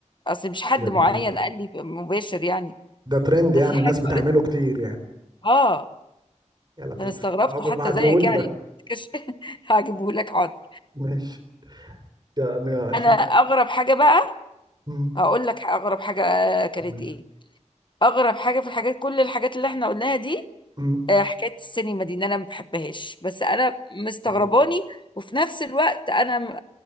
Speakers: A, on the left (about 40°); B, on the right (about 35°).
A: أصل مش حد
B: يا لطيف
A: معين قال لي مباشر يعني
B: ده ترند
A: ده
B: يعني
A: في حاجة
B: الناس بتعمله
A: قريتها
B: كتير يعني
A: آه
B: يا لطيف
A: أنا استغربته
B: اه بيبعتيهولي
A: حتى زيك يعني
B: ده
A: <laughs> هجيبه لك حاضر
B: ماشي يعني عشان
A: أنا أغرب حاجة بقى
B: مم.
A: هقول لك اغرب حاجه آه، كانت
B: قول
A: ايه اغرب حاجه في الحاجات كل الحاجات اللي احنا قلناها دي
B: مم.
A: آه، حكايه السينما دي ان انا ما بحبهاش بس انا مستغرباني
B: مم.
A: وفي نفس الوقت انا م- آه،